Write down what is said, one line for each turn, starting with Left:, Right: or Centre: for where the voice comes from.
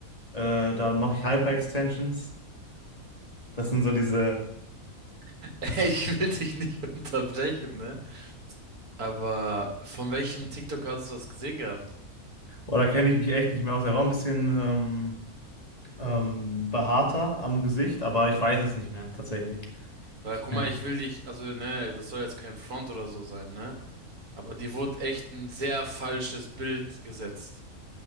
Left: Äh, dann mache ich Hyper Extensions. Das sind so diese,
Right: <laughs> Ich will dich nicht unterbrechen, ne? Aber von welchem TikTok hast du das gesehen gehabt?
Left: oder kenne ich mich echt nicht mehr aus. Er war ein bisschen. Ähm, Ähm, behaarter am Gesicht, aber ich weiß es nicht mehr, tatsächlich.
Right: Weil, guck
Left: Äh,
Right: mal, ich will dich, also, ne, das soll jetzt kein Front oder so sein, ne? Aber dir wurde echt ein sehr falsches Bild gesetzt.